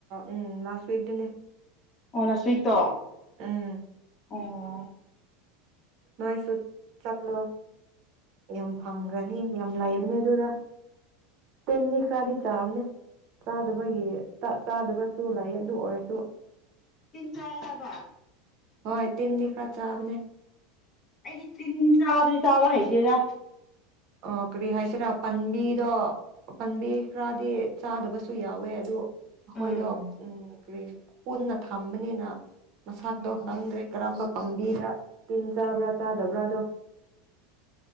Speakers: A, on the right; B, on the left.
A: ꯎꯝ ꯂꯥꯁ ꯋꯤꯛꯇꯅꯦ
B: ꯑꯣ ꯂꯥꯁꯋꯤꯛꯇꯣ
A: ꯎꯝ
B: ꯑꯣ
A: ꯅꯣꯏꯁꯨ ꯆꯠꯂꯣ ꯌꯥꯝ ꯐꯪꯒꯔꯅꯤ ꯌꯥꯝ ꯂꯩꯕ ꯏꯅꯦꯗꯨꯗꯥ ꯇꯤꯟꯤꯗꯤ ꯈꯔꯗꯤ ꯆꯥꯕꯅꯦ ꯆꯥꯗꯕꯒꯤ ꯆꯥꯗꯕꯁꯨ ꯂꯩ ꯑꯗꯨ ꯑꯣꯏꯔꯁꯨ
B: ꯇꯤꯟ ꯆꯥꯏ ꯍꯥꯏꯕ
A: ꯍꯣꯏ ꯇꯤꯟꯗꯤ ꯈꯔ ꯆꯥꯕꯅꯦ
B: ꯑꯩꯗꯤ ꯇꯤꯟ ꯆꯥꯕꯗꯤ ꯆꯥꯕ ꯍꯩꯇꯦꯗ
A: ꯑ ꯀꯔꯤ ꯍꯥꯏꯁꯤꯔꯥ ꯄꯥꯝꯕꯤꯗꯣ ꯄꯥꯝꯕꯤ ꯈꯔꯗꯤ ꯆꯥꯗꯕꯁꯨ ꯌꯥꯎꯋꯦ ꯑꯗꯨ ꯑꯩꯈꯣꯏꯗꯣ
B: ꯎꯝ
A: ꯎꯝ ꯀꯔꯤ ꯄꯨꯟꯅ ꯊꯝꯕꯅꯤꯅ ꯃꯁꯛꯇꯣ
B: ꯎꯝ
A: ꯈꯪꯗ꯭ꯔꯦ ꯀꯔꯝꯕ ꯄꯥꯝꯕꯤꯗ ꯇꯤꯟ ꯆꯥꯕ꯭ꯔꯥ ꯆꯥꯗꯕ꯭ꯔꯥꯗꯣ